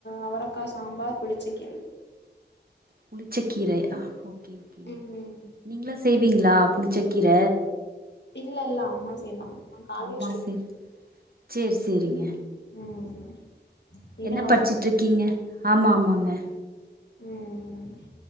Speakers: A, on the left (about 75°); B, on the right (about 55°).
A: அவரக்காய் சாம்பார் புளிச்ச கீரை
B: புளிச்ச கீரை ஆ ஓகே ஓகேங்க
A: ம்
B: நீங்களா செய்வீங்களா புளிச்சக்கீர
A: இல்ல இல்ல அம்மா செய்வாங்க நா காலேஜ்
B: அம்மா
A: ஸ்டூடெண்ட்
B: செய் சேர் சேரிங்க
A: ம் நீங்க
B: என்ன படிச்சுட்டு இருக்கீங்க ஆமா ஆமாங்க
A: ம் ம் ம் ம்